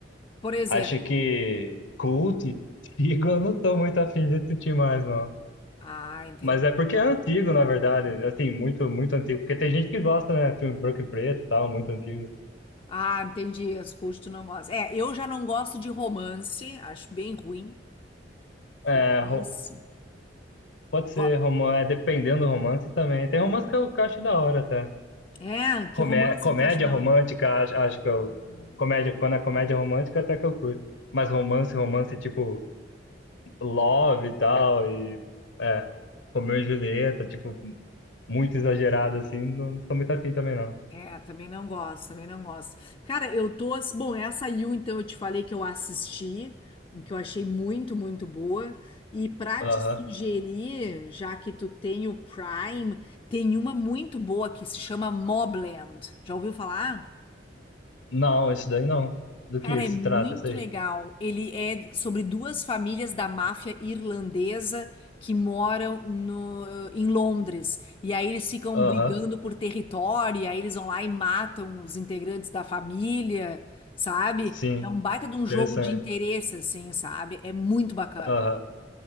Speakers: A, on the left; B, on the left.
A: Por exemplo,
B: Acho que Cult, antigo, eu não tô muito afim de assistir mais, não.
A: ah, entendi.
B: Mas é porque é antigo, na verdade. Assim, muito, muito antigo. Porque tem gente que gosta, né? Filme branco e preto e tal, muito antigo.
A: Ah, entendi. As coisas que tu não gosta. É, eu já não gosto de romance, acho bem ruim. Romance.
B: É, ro- pode ser
A: Go-
B: romance, é dependendo do romance também. Tem romance que eu, que eu acho da hora até.
A: É, que
B: Comé
A: romance
B: comédia
A: que tu acha da
B: romântica,
A: hora?
B: acho, acho que
A: Ah,
B: eu. Comédia, quando é comédia
A: que-
B: romântica, até que eu curto. Mas romance, romance tipo Love e tal, e. É, Romeu e Julieta, tipo, muito exagerado assim, não sou muito afim também, não.
A: é, também não gosto, também não gosto. Cara, eu tô. ass- Bom, essa You, então, eu te falei que eu assisti, que eu achei muito, muito boa. E pra
B: Aham.
A: te sugerir, já que tu tem o Prime, tem uma muito boa que se chama Mobland. Já ouviu falar?
B: Não, esse daí não. Do
A: Cara,
B: que se
A: é muito
B: trata, esse aí?
A: legal. Ele é sobre duas famílias da máfia irlandesa que moram no, em Londres. E aí eles ficam
B: Aham.
A: brigando por território, e aí eles vão lá e matam os integrantes da família, sabe?
B: Sim,
A: É um baita de um jogo
B: interessante.
A: de interesse, assim, sabe? É muito bacana.
B: Aham.